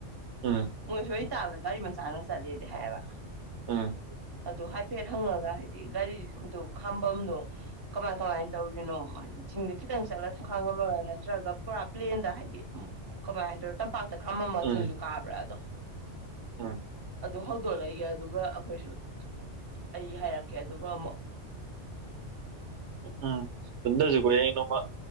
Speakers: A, on the right; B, on the right.
A: ꯎꯝ
B: ꯃꯣꯏ ꯁꯣꯏ ꯇꯥꯕꯗ ꯒꯥꯔꯤ ꯃꯆꯥꯅ ꯆꯠꯂꯦꯗꯤ ꯍꯥꯏꯕ
A: ꯎꯝ
B: ꯑꯗꯨ ꯍꯥꯏꯐꯦꯠ ꯍꯪꯉꯒ ꯍꯥꯏꯗꯤ ꯒꯥꯔꯤꯗꯨ ꯈꯥꯝꯕꯝꯗꯣ ꯀꯃꯥꯏ ꯀꯃꯥꯏꯅ ꯇꯧꯔꯤꯅꯣ ꯍꯥꯏꯗꯤ ꯆꯤꯡꯗ ꯈꯤꯇꯪ ꯆꯠꯂꯒ ꯊꯈꯥꯡ ꯑꯃꯃꯔ ꯅꯠꯇ꯭ꯔꯒ ꯄꯨꯔꯥ ꯄ꯭ꯂꯦꯟꯗ ꯍꯥꯏꯗꯤ ꯀꯃꯥꯏ ꯍꯥꯏꯗꯣꯏꯔꯣ ꯇꯝꯄꯥꯛꯇ ꯈꯥꯝꯃꯝꯝꯕ
A: ꯎꯝ
B: ꯆꯤꯡꯗꯨꯣ ꯀꯥꯕ꯭ꯔꯥ ꯑꯗꯣ
A: ꯎꯝ
B: ꯑꯗꯨ ꯍꯧꯗꯣꯛꯂꯛꯏꯒꯦ ꯑꯗꯨꯒ ꯑꯩꯈꯣꯏꯁꯨ ꯑꯩ ꯍꯥꯏꯔꯛꯀꯦ ꯑꯗꯨꯒ ꯑꯃꯨꯛ
A: ꯎꯝ ꯍꯟꯗꯁꯨ ꯍꯌꯦꯡ ꯅꯣꯡꯃ